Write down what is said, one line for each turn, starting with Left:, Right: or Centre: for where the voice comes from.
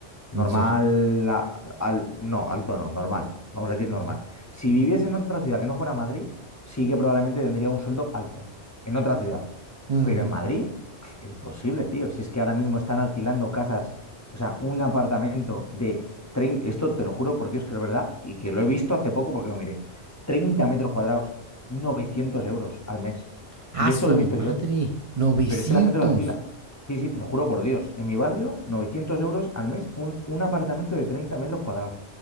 Left: Normal,
Right: ¿En serio?
Left: a- al, no, alto no, normal. Vamos a decir normal.
Right: Ujú,
Left: Si viviese en otra ciudad que no fuera Madrid, sí que probablemente tendría un sueldo alto en otra ciudad.
Right: ujú,
Left: Pero
Right: ujú,
Left: en Madrid, pf, imposible, tío. Si es que ahora mismo están alquilando casas, o sea, un apartamento de treinta esto te lo juro por Dios que es verdad y que lo he visto hace poco porque lo miré. treinta metros cuadrados, 900 euros al mes.
Right: A
Left: Y
Right: su
Left: esto lo he visto
Right: madre,
Left: yo. tío.
Right: 900.
Left: Pero es que la gente lo alquila. Sí, sí, te lo juro por Dios. En mi barrio, 900 euros al mes, un, un apartamento de 30 metros cuadrados.